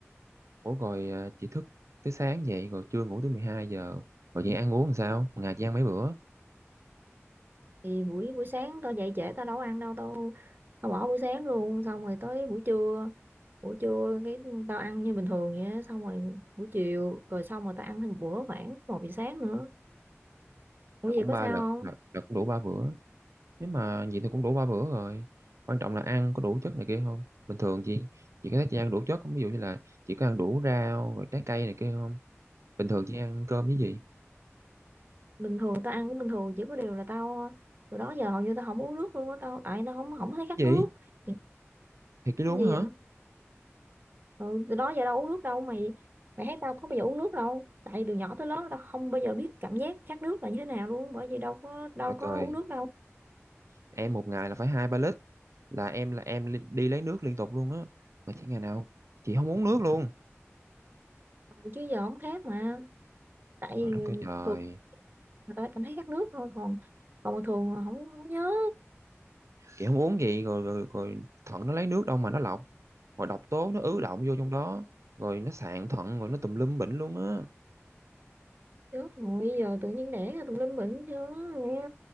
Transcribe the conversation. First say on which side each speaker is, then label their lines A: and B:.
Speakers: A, on the right; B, on the right.
A: ủa rồi à, chị thức tới sáng vậy rồi trưa ngủ tới mười hai giờ rồi chị ăn uống làm sao Một ngày chị ăn mấy bữa
B: thì buổi buổi sáng tao dậy trễ tao đâu có ăn đâu tao tao bỏ buổi sáng luôn xong rồi tới buổi trưa buổi trưa cái tao ăn như bình thường vậy á, xong rồi buổi chiều rồi xong rồi tao ăn thêm một bữa khoảng một giờ sáng nữa ủa
A: là
B: vậy
A: cũng
B: có
A: ba
B: sao
A: lượt
B: không
A: là, là cũng đủ ba bữa nếu mà vậy thì cũng đủ ba bữa rồi quan trọng là ăn có đủ chất này kia không bình thường chị chị có thấy chị ăn đủ chất không ví dụ như là chị có ăn đủ rau rồi trái cây này kia không bình thường chị ăn cơm với gì
B: bình thường tao ăn cũng bình thường chỉ có điều là tao từ đó giờ hầu như tao không uống nước luôn á tao tại tao không không thấy khát
A: gì
B: nước thì
A: thì cái luống
B: cái gì
A: hả
B: vậy ừ, từ đó giờ đâu uống nước đâu mày mày thấy tao có bao giờ uống nước đâu tại từ nhỏ tới lớn tao không bao giờ biết cảm giác khát nước là như thế nào luôn bởi vì đâu có đâu
A: trời
B: có
A: đất ơi
B: uống nước đâu
A: em một ngày là phải hai ba lít là em là em li- đi lấy nước liên tục luôn á mà chẳng ngày nào chị không uống nước luôn
B: Ừ, chứ giờ không khát mà tại
A: rồi nó kêu trời
B: thường người ta cảm thấy khát nước thôi còn còn thường là không không nhớ
A: chị không uống gì rồi, rồi rồi thận nó lấy nước đâu mà nó lọc rồi độc tố nó ứ đọng vô trong đó rồi nó sạn thận rồi nó tùm lum bệnh luôn á
B: Chết rồi, giờ tự nhiên đẻ ra tùm lum bệnh chứ, nghe,